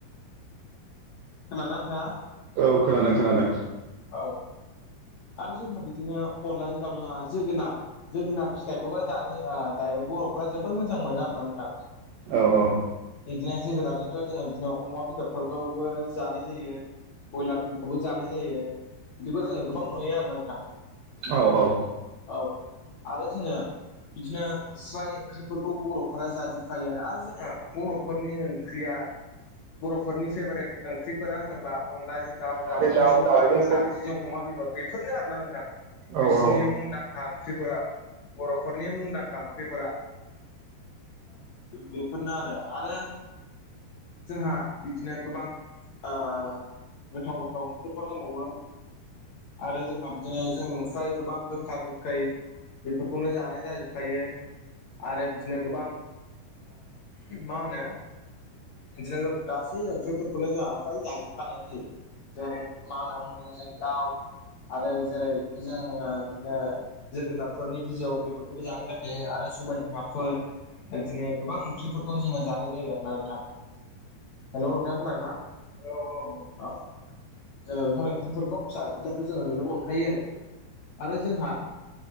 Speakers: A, on the left (about 80°); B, on the right (about 80°).
A: <unintelligible> नोंथाङा
B: औ खोनादों खोनादों।
A: औ आरो जोंहा बिदिनो अनला जोगोनार जोगोनार फिथाइखौबो दानि आ दायो बर'फ्रा जोबोर मोजां मोनो आरोना नोंथां।
B: औ औ।
A: बिदिनो जोगोनारजोंथ' जोङो बिदिनो अमा बेदरफोरखौबो जानाय जायो। बयलारफोरखौबो जानाय जायो बिदिबो जोङो गोबां नुयो आरोना नोंथां।
B: औ औ।
A: औ आरो जोङो बिदिनो स्राय ओंख्रिफोरखौ बर'फोरा जाजोबखायोआनो आरो जोंहा बर' फोरनि ओंख्रिया बर'फोरनि फेभारेट ओंख्रिफोरा होनोब्ला अनलाजों दाउ
B: द
A: दाउजों
B: द
A: सबाय नारजिजों अमा बेदर बेफोरनो आरोना नोंथां
B: औ
A: बिसिनि
B: औ
A: मुंदांखा ओं ख्रिफोरा बर'फोरनि मुंदांखा ओंख्रिफोरा। बेफोरनो आरो। आरो जोंहा बिदिनो गोबां गोथाव गोथाव ओंख्रिफोर दंबावो आरो जोंहा बिदिनो जों फ्राय गोबां गोखा- गोखै बेफोरखौनो जानाय जाजोबखायो आरो बिदिनो गोबां मा होनो बिदिनो गासै ओंख्रिफोरखौनो जोंहा फ्राय जाजोबखानायानो जायो। जेरै, मानामुनि जों दाउ आरो जेरै जोङो बिदिनो जोगोनारफोरनि बिजौ बे मोजां जाखायो आरो सबाय बिमाफोर बिदिनो गोबां ओंख्रिफोरखौ जोङो जानाय जायो आरो ना नोंथां। हेलौ नोंथां खोनादों ना? औ औ औ जों बेफोर ओंखफोरखौ खौ जाजोबनायखौ जोङो नुनो मोनखायो आरो। आरो जोंहा